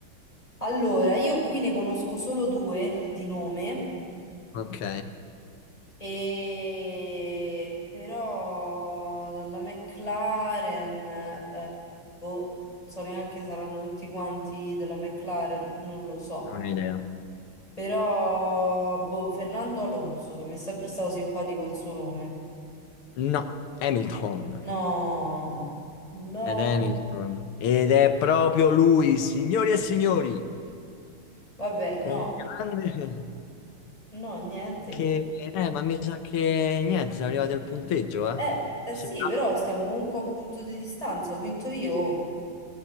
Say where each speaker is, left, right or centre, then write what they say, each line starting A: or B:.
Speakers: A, on the left; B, on the left.
A: Allora, io qui ne conosco solo due di nome,
B: Ok,
A: e... però dalla McLaren, eh, boh, non so neanche se saranno tutti quanti della McLaren, non lo so.
B: non ho idea.
A: Però, boh, Fernando Alonso, che mi è sempre stato simpatico il suo nome.
B: No, Hamilton.
A: No, no,
B: Ed Hamilton. Ed è proprio lui, signori e signori,
A: vabbè,
B: con
A: no,
B: grande...
A: no, niente.
B: <laughs> che...
A: Perché...
B: Eh, ma mi sa che niente, siamo arrivati al punteggio, eh?
A: Eh, eh
B: Sì.
A: sì, però stiamo comunque a un punto di distanza. Ho vinto io.